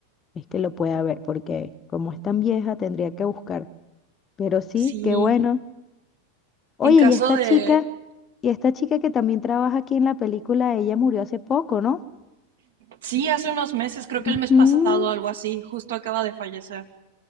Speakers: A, on the left (about 25°); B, on the right (about 60°).
A: es que lo pueda ver, porque como es tan vieja, tendría que buscar. Pero sí,
B: Sí,
A: qué bueno. Oye,
B: en caso
A: y esta
B: de...
A: chica, y esta chica que también trabaja aquí en la película, ella murió hace poco, ¿no?
B: Sí, hace unos meses, creo
A: Ujú,
B: que el mes pasado, algo así, justo acaba de fallecer.